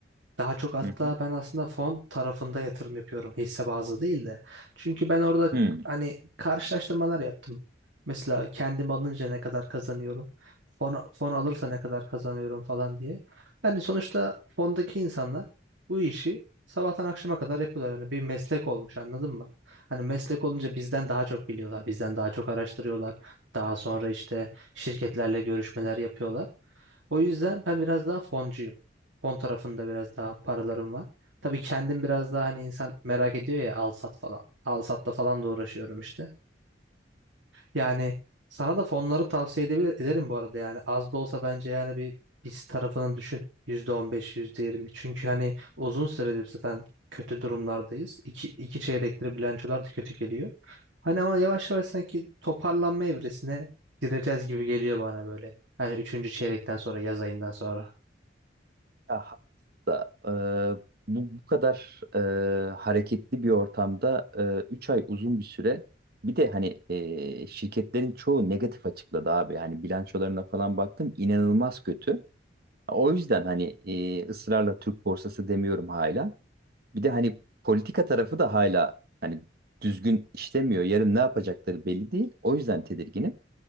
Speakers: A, on the right; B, on the right.
A: Daha çok hatta
B: Hı hı.
A: ben aslında fon tarafında yatırım yapıyorum hisse bazlı değil de. Çünkü ben orada
B: Hı.
A: hani karşılaştırmalar yaptım. Mesela kendim alınca ne kadar kazanıyorum, fon, fon alırsa ne kadar kazanıyorum falan diye. Yani sonuçta fondaki insanlar bu işi sabahtan akşama kadar yapıyorlar. Yani bir meslek olmuş anladın mı? Hani meslek olunca bizden daha çok biliyorlar, bizden daha çok araştırıyorlar. Daha sonra işte şirketlerle görüşmeler yapıyorlar. O yüzden ben biraz daha foncuyum. Fon tarafında biraz daha paralarım var. Tabii kendim biraz daha hani insan merak ediyor ya al sat falan. Al satla falan da uğraşıyorum işte. Yani sana da fonları tavsiye edebilir, ederim bu arada yani. Az da olsa bence yani bir biz tarafını düşün. yüzde on beş yüzde yirmi. Çünkü hani uzun süredir zaten kötü durumlardayız. İki, iki çeyrektir bilançolar da kötü geliyor. Hani ama yavaş yavaş sanki toparlanma evresine gireceğiz gibi geliyor bana böyle. Hani üçüncü çeyrekten sonra yaz ayından sonra.
B: Aha. Da, e, bu, bu kadar e, hareketli bir ortamda 3 ay uzun bir süre. Bir de hani e, şirketlerin çoğu negatif açıkladı abi. Hani bilançolarına falan baktım inanılmaz kötü. O yüzden hani e, ısrarla Türk borsası demiyorum hala. Bir de hani politika tarafı da hala hani düzgün işlemiyor. Yarın ne yapacakları belli değil. O yüzden tedirginim.